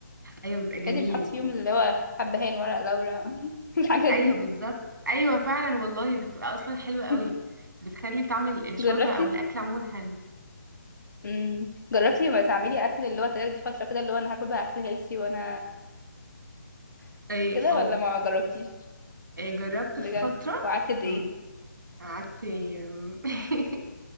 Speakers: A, on the right; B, on the left.
A: ايوه بيبقى جميل
B: لازم يتحط فيهم
A: و...
B: اللي هو حبهان ورق لورا <laughs> الحاجات
A: ايوه
B: دي
A: بالظبط ايوه فعلا والله دي بتبقى اصلا حلوه قوي
B: <laughs>
A: بتخلي طعم ال- الشوربه
B: جربتي
A: او الاكل عموما حلو
B: امم جربتي ما تعملي اكل اللي هو تاخدي فتره كده اللي هو انا هاكل بقى اكل هيلسي وانا <laughs>
A: ايه
B: كده
A: اه
B: ولا ما جربتيش
A: إيه جربت
B: بجد
A: في فتره
B: وقعدت قد ايه
A: أمم، قعدت أمم، <laughs>